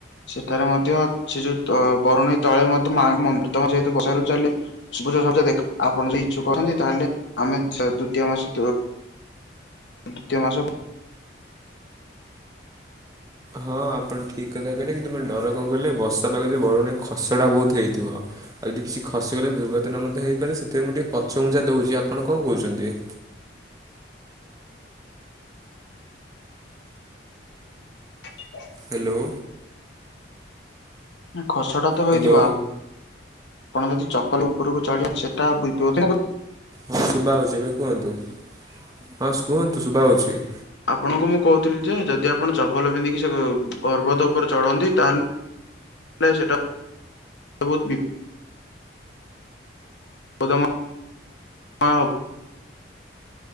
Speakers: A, on the left; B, on the right.
A: ସେଠାରେ ମଧ୍ୟ ସେ ଯୋଉ ତ ବରୁଣେଇ ତଳେ ମଧ୍ୟ ମାଙ୍କ ମନ୍ଦିର ତ ଯେହେତୁ। <unintelligible> ସବୁଜ ସବୁଜ ଦେଖା ଆପଣ ଯଦି ଇଛୁକ ଅଛନ୍ତି ତାହେଲେ ଆମେ ଦ୍ଵିତୀୟ ମାସ ଦ୍ୱିତୀୟ ମାସ
B: ହଁ ଆପଣ ଠିକ କଥା କହିଲେ କିନ୍ତୁ ମାନେ ଡର କଣ କହିଲେ ବର୍ଷା ପାଗରେ ଯେ ବରୁୁ ନାହିଁ ଖସଡ଼ା ବହୁତ ହେଇଥିବ। ଆଉ ଯଦି କିଛି ଖସିଗଲେ ଦୁର୍ଘଟନା ମଧ୍ୟ ହେଇପାରେ ସେଥିପାଇଁ ମୁଁ ଟିକେ ପଛଘୁଞ୍ଚା ଦେଉଛି ଆପଣ କଣ କହୁଛନ୍ତି?
A: <inaudible>
B: ହ୍ୟାଲୋ
A: ନା ଖସଡ଼ା ତ
B: ହ୍ୟାଲୋ
A: ହୋଇଥିବ ଆପ ପଣ ଯଦି ଚପଲ ଉପରକୁ ଚଢେ ସେଟା ବ <unintelligible>
B: ହଁ ଶୁଭା ହଉଛି ଏବେ କୁହନ୍ତୁ ହଁ କୁହନ୍ତୁ। ଶୁଭା ହଉଛି
A: ଆପଣଙ୍କୁ ମୁଁ କହୁଥିଲି ଯେ ଯଦି ଆପଣ ଚପଲ ପିନ୍ଧିକି ସେ ପର୍ବତ ଉପରେ ଚଢନ୍ତି ତାହେଲେ ଲେ ସେଟା <unintelligible> <unintelligible> ହ ହବ